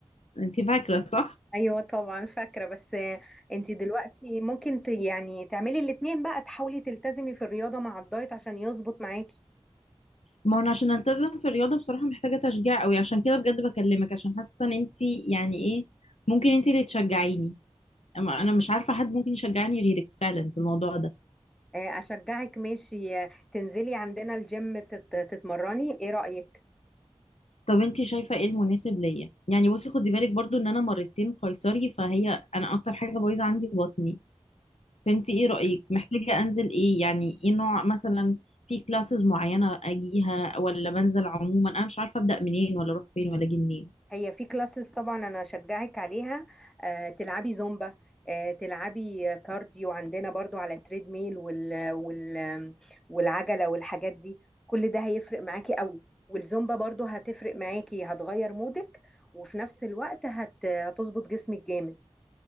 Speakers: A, on the left; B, in the centre.
A: انت فاكره صح
B: ايوه طبعا فاكرة بس آه، انت دلوقتي ممكن ت يعني تعملي الاتنين بقى تحاولي تلتزمي في الرياضة مع الدايت عشان يظبط معاكي
A: ما هو انا عشان التزم في الرياضه بصراحه محتاجه تشجيع قوي عشان كده بجد بكلمك عشان حاسه ان انت يعني ايه ممكن انت اللي تشجعيني اما انا مش عارفه حد ممكن يشجعني غيرك فعلا في الموضوع ده
B: آه، اشجعك ماشي آه، تنزلي عندنا الجيم تت- تتمرني ايه رأيك
A: طب انت شايفه ايه المناسب ليا يعني بصي خدي بالك برضو ان انا مرتين قيصري فهي انا اكتر حاجه بايظه عندي بطني فانت ايه رايك محتاجه انزل ايه يعني ايه نوع مثلا في كلاسز معينه اجيها ولا بنزل عموما انا مش عارفه ابدا منين ولا اروح فين ولا اجي منين
B: هي في كلاسز طبعا انا اشجعك عليها آه، تلعبي زومبا آه، تلعبي كارديو عندنا برضو على التريد ميل وال وال والعجله والحاجات دي كل ده هيفرق معاكي قوي والزومبا برضو هتفرق معاكي هتغير مودك وفي نفس الوقت هت- هتظبط جسمك جامد